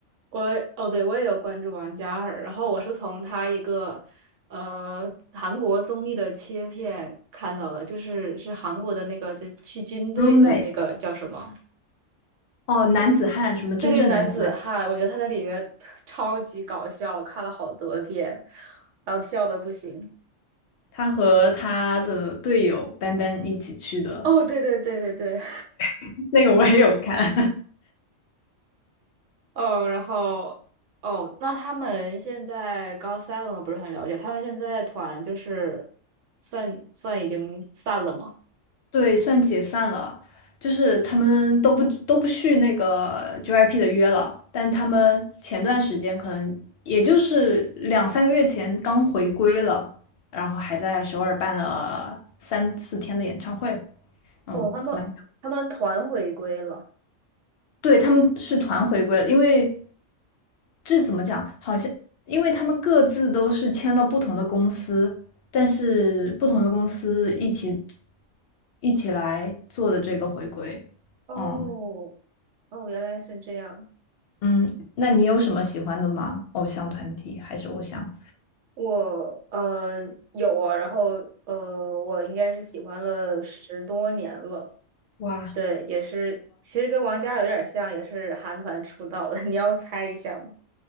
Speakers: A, on the right (about 75°); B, on the left (about 60°).
A: 我哦，对，我也有关注王嘉尔，然后我是从他一个呃韩国综艺的切片看到的，就是是韩国的那个就去军队的那个叫什么？
B: roommate。哦，男子汉，什么真正男子汉，
A: 对对，男子汉，我觉得他在里面特超级搞笑，看了好多遍，然后笑的不行。
B: 他和他的队友班班一起去的，
A: 哦，对对对对对，
B: <laughs> 那个我也有看。
A: 哦，然后哦，那他们现在高 seven 我不是很了解，他们现在团就是算算已经散了吗？
B: <laughs> 对，算解散了，就是他们都不都不续那个 JYP 的约了，但他们前段时间可能也就是两三个月前刚回归了，然后还在首尔办了三四天的演唱会，嗯，
A: 哦，他们他们团回归了。
B: 蛮，对，他们是团回归了，因为。这怎么讲？好像因为他们各自都是签了不同的公司，但是不同的公司一起一起来做的这个回归。
A: 哦
B: 嗯
A: 哦，原来是这样。
B: 嗯，那你有什么喜欢的吗？偶像团体还是偶像？
A: 我呃有啊，然后呃，我应该是喜欢了十多年了。
B: 哇，
A: 对，也是，其实跟王嘉尔有点像，也是韩团出道的。<laughs> 你要猜一下吗？